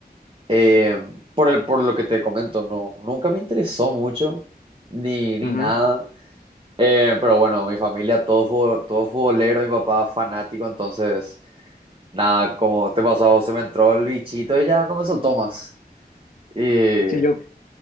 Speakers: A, on the right; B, on the left.
A: Eh, por el, por lo que te comento, no, nunca me interesó mucho, ni, ni
B: Ujú.
A: nada. Eh, pero bueno, mi familia, todo, fu- todo futbolero, mi papá fanático, entonces, nada, como te pasó, a vos, se me entró el bichito y ya no me soltó más. Y
B: Sí, yo